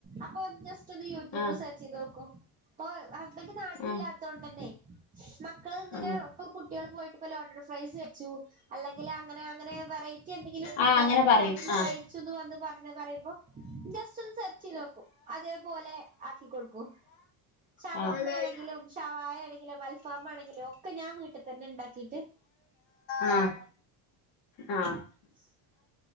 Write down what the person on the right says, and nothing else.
അപ്പൊ ജസ്റ്റ് ഒന്ന് യൂട്യൂബ്
സെർച്ചിതോക്കു ഇപ്പൊ ഹസ്ബൻഡ് നാട്ടിലില്ലാ
ത്തോണ്ടന്നെ മക്കള് ഇങ്ങനെ
ഇപ്പ കു ട്ടേൾ പോയിട്ട് ഇപ്പ ലോഡഡ് ഫ്രൈസ് വെച്ചു അല്ലെങ്കിൽ അങ്ങനെ അങ്ങനെ വെറൈറ്റി എന്തെങ്കിലും ഫുഡൊളക്കെ
പൊറത്ത്ന്ന്
കഴിച്ചുന്ന് വന്ന് പറഞ്ഞ് പറയുമ്പോ ജസ്റ്റ് ഒന്ന് സെർച്ചിതോ - അതേപോലെ ആക്കികൊടുക്കും ഷവർമ്മയാണെങ്കിലും
ഷവായ ആണെങ്കിലും അൽഫാം ആണെങ്കിലും ഒക്കെ ഞാൻ വീട്ടിതന്നെ ഇണ്ടാക്കി
<inaudible>